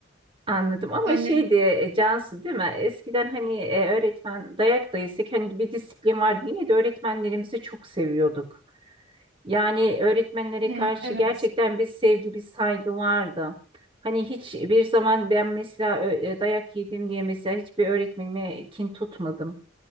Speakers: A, on the right; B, on the right.
A: Anladım ama
B: Annem
A: şeydi e, Cansu değil mi? Eskiden hani e, öğretmen dayak da yesek hani bir disiplin vardı. Yine de öğretmenlerimizi çok seviyorduk. Yani öğretmenlere
B: ne?
A: karşı
B: Evet.
A: gerçekten bir sevgi, bir saygı vardı. Hani hiçbir zaman ben mesela ö- e, dayak yedim diye mesela hiçbir öğretmenime kin tutmadım.